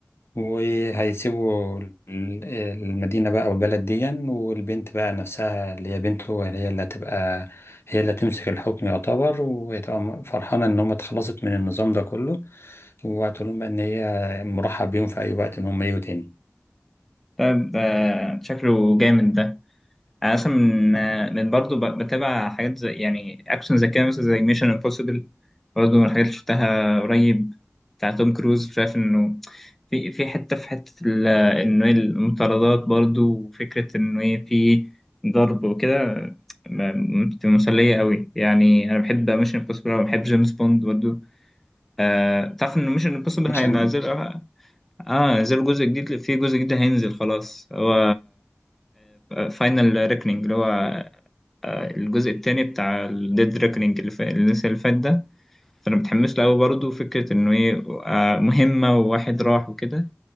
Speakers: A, on the left; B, in the centre.
A: وهيسيبوا ال- المدينة بقى أو البلد دي والبنت بقى نفسها اللي هي بنته هي اللي هتبقى هي اللي هتمسك الحكم يعتبر وهتبقى فرحانة إن هم اتخلصت من النظام ده كله وهتقول لهم بقى إن هي مرحب بيهم في أي وقت إن هم يجوا تاني
B: طيب آه، شكله جامد ده انا اصلا من
A: آه.
B: من برضه ب- بتابع حاجات زي يعني اكشن زي كده مثلا زي ميشن امبوسيبل برضه من الحاجات اللي شفتها قريب بتاع توم كروز شايف انه في في حته في حته ال- انه إيه المطاردات برضه وفكره انه ايه في ضرب وكده م- بتبقى مسليه قوي يعني انا بحب ميشن امبوسيبل وبحب جيمس بوند برضه آه، تعرف ان ميشن امبوسيبل
A: عشان
B: هينزل اه نزل جزء جديد في جزء جديد هينزل خلاص هو فاينل ريكنينج اللي هو آه، الجزء التاني بتاع الديد ريكنينج اللي ف- اللي لسه اللي فات ده فانا متحمس له قوي برضه فكره انه ايه آه، مهمه وواحد راح وكده